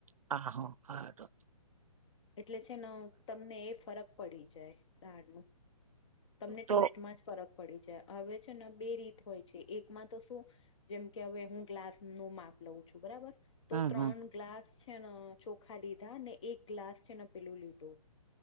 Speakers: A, on the right; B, on the left.
A: હા હ હા તો.
B: એટલે છે ને તમને એ ફરક પડી જાય દાળનુ તમને
A: તો
B: ટેસ્ટમાં જ ફરક પડી જાય હવે છે ને બે રીત હોય છે એકમાં તો શું જેમ કે હવે હું ગ્લાસનું માપ લઉ છું બરાબર. તો
A: હમ
B: ત્રણ
A: હમ
B: ગ્લાસ છે ન ચોખા લીધા ને એક ગ્લાસ છે ને પેલું લીધું.